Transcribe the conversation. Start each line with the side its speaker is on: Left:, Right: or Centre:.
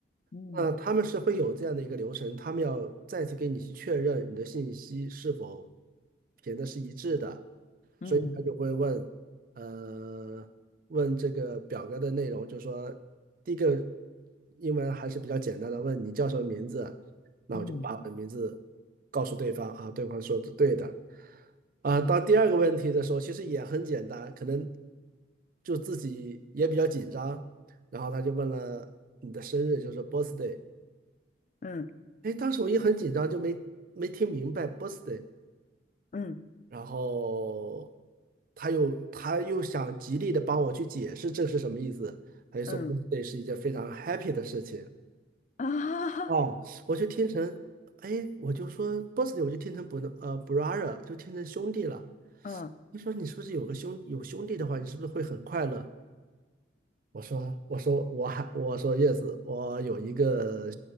Left: 嗯。
Right: 那他们是会有这样的一个流程，他们要再次给你去确认你的信息是否填的是一致的。
Left: 嗯
Right: 所以他就会问，呃，问这个表格的内容，就说第一个英文还是比较简单的，问你叫什么名字，那我就把我的名字告诉对方啊，
Left: 嗯
Right: 对方说是对的，啊，到第二个问题的时候，其实也很简单，可能就自己也比较紧张，然后他就问了你的生日，就是 birthday，
Left: 嗯
Right: 哎，当时我也很紧张，就没没听明白 birthday。
Left: 嗯
Right: 然后他又他又想极力的帮我去解释这是什么意思，他就说
Left: 嗯
Right: birthday 是一件非常 happy 的事情。
Left: 啊，
Right: 哦，我就听成，哎，我就说 birthday 我就听成 b r 呃 brother 就听成兄弟了。
Left: 嗯
Right: 你说你是不是有个兄有兄弟的话，你是不是会很快乐？我说我说我还我说叶子，我有一个